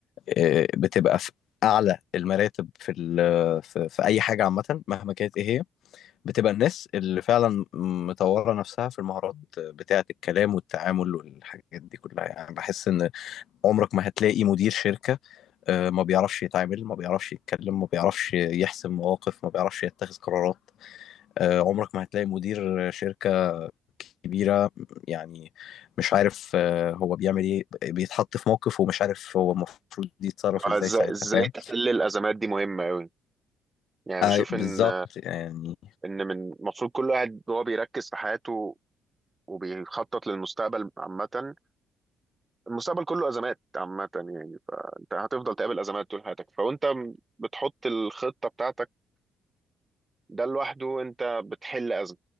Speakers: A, on the left; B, on the right.
A: آه، بتبقى في أعلى المراتب في ال- آه، في في أي حاجة عامة مهما كانت إيه هي بتبقى الناس اللي فعلا مطورة نفسها في المهارات بتاعة الكلام والتعامل والحاجات دي كلها يعني بحس إن عمرك ما هتلاقي مدير شركة آه، ما بيعرفش يتعامل ما بيعرفش يتكلم ما بيعرفش يحسم مواقف ما بيعرفش يتخذ قرارات آه، عمرك ما هتلاقي مدير شركة كبيرة يعني مش عارف آه، هو بيعمل ايه بيتحط في موقف ومش عارف هو المفروض يتصرف
B: آه،
A: ازاي
B: إزاي
A: ساعتها
B: إزاي
A: فاهم
B: تحل الأزمات دي مهمة أوي يعني
A: آه،
B: بشوف
A: بالظبط
B: إن
A: يعني
B: إن من المفروض كل واحد وهو بيركز في حياته وبيخطط للمستقبل عامة المستقبل كله ازمات عامه يعني فانت هتفضل تقابل ازمات طول حياتك فوانت م- بتحط الخطه بتاعتك ده لوحده انت بتحل ازمه